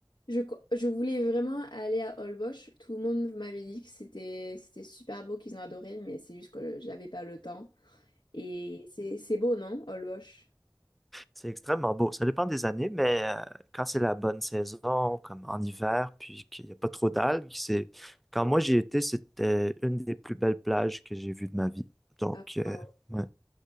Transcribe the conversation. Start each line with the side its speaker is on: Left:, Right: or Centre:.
Left: Je, co- je voulais vraiment aller à Holbox. Tout le monde m'avait dit que c'était c'était super beau, qu'ils ont adoré, mais c'est juste que j'avais pas le temps. Et c'est c'est beau, non? Olbosch.
Centre: C'est extrêmement beau. Ça dépend des années, mais euh, quand c'est la bonne saison, comme en hiver, puis qu'il n'y a pas trop d'algues, c'est... Quand moi j'y étais, c'était une des plus belles plages que j'ai vues de ma vie. Donc,
Left: Ah,
Centre: euh,
Left: ah.
Centre: ouais,